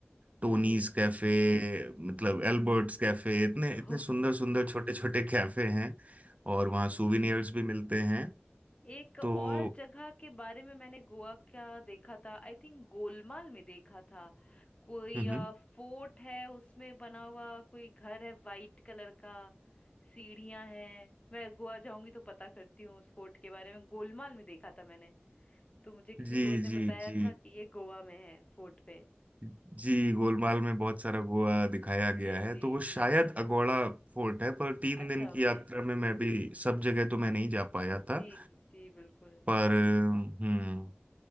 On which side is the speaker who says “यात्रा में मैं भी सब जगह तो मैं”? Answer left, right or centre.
Right